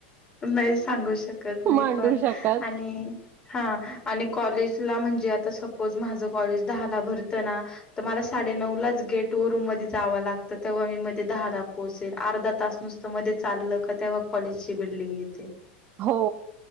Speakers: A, on the left; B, on the right.
A: नाही सांगू शकत मी
B: मांडू
A: पण
B: शकत
A: आणि हा आणि कॉलेजला म्हणजे आता सपोज माझं कॉलेज दहाला भरतं ना तर मला साडे नऊ लाच गेट वरून मध्ये जाव लागत तेव्हा मी मध्ये दहा द पोहल अर्धा तास नुसत मध्ये चाललं ते्हा कॉलेज ची बिल्डिंग येते
B: हो